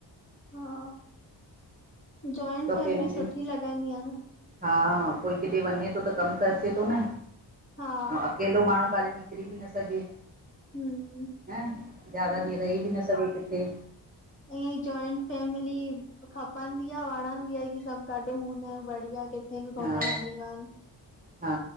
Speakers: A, on the left; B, on the right.
A: हा जॉइंन
B: ॿ
A: फैमिली
B: फैमिलियूं
A: सुठी लॻंदी आह न।
B: हा कोई किथे वञे थो त कमु त अचे थो न,
A: हा
B: ऐं अकेलो माण्हू कॾे निक करी बि न सघे
A: हम्म
B: न ज़्यादा ॾींहं रही बि न सघे किथे।
A: ईअ इ जोइंट फेमिली खपंदी आह वणंदी आह की सभु गॾ हूंदा आहिनि बढ़िया कि किथे बि
B: हा
A: घुमण हली वञ
B: हा